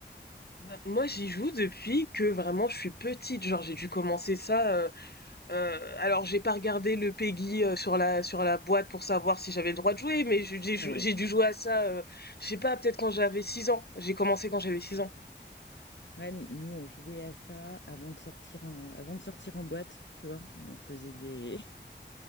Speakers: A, on the left; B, on the left.
A: Bah, moi, j'y joue depuis que vraiment je suis petite. Genre, j'ai dû commencer ça. euh, euh, alors, j'ai pas regardé le PEGI euh, sur la sur la boîte pour savoir si j'avais le droit de jouer, mais j'ai j'ai
B: Ouais.
A: jou- j'ai dû jouer à ça. euh, je sais pas, peut-être quand j'avais 6 ans. J'ai commencé quand j'avais six ans.
B: Ouais, nous, nous, on jouait à ça avant de sortir en, avant de sortir en boîte, tu vois. On faisait des,